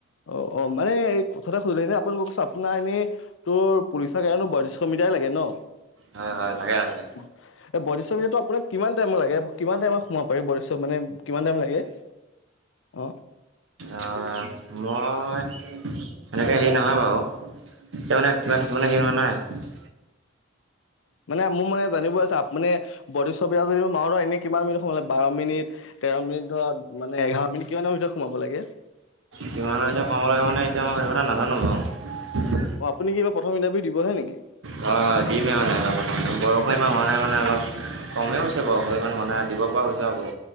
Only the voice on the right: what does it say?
হয়, হয়, লাগে, লাগে।
আ মই সেনেকে হেৰি নহয় বাও, এতিয়া মানে কিমান <unintelligible>
কিমানৰ ভিতৰত সোমাব লাগে মানে এতিয়া এইটো কথা মই নাজানো বাও।
হয়' হয়' দিমে মানে এবাৰ প্ৰথম, বয়সো ইমান হোৱা নাই মানে অলপ। কমেই হৈছে বাৰু, সিমান হোৱা নাই, দিব পৰা হৈছো আৰু।